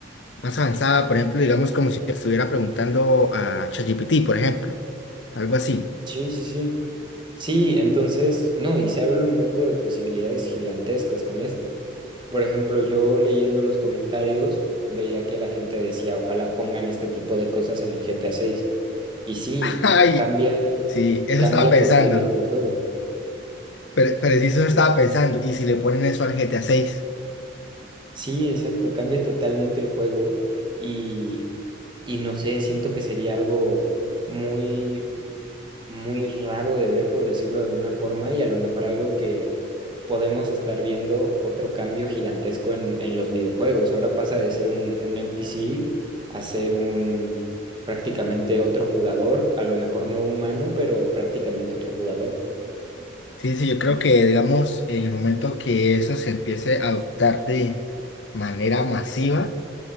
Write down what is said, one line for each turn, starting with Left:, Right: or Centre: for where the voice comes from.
Left: más avanzada, por ejemplo, digamos, como si estuviera preguntando a ChatGPT, por ejemplo, algo así.
Right: Sí, sí, sí. Sí, entonces, no, y se abre un mundo de posibilidades gigantescas con esto. Por ejemplo, yo leyendo los comentarios veía que la gente decía, ojalá pongan este tipo de cosas en el GTA seis Y sí,
Left: Ay,
Right: cambia,
Left: sí, eso
Right: cambia
Left: estaba pensando.
Right: totalmente el juego.
Left: Pero, pero sí, eso estaba pensando. Y si le ponen eso al GTA seis,
Right: Sí, exacto, cambia totalmente el juego y, y no sé, siento que sería algo muy, muy raro de ver, por decirlo de alguna forma, y a lo mejor algo que podemos estar viendo otro cambio gigantesco en, en los videojuegos. Ahora pasa de ser un, un NPC a ser un prácticamente otro jugador, a lo mejor no humano, pero prácticamente otro jugador.
Left: Sí, sí, yo creo que, digamos, en el momento que eso se empiece a adoptar de manera masiva,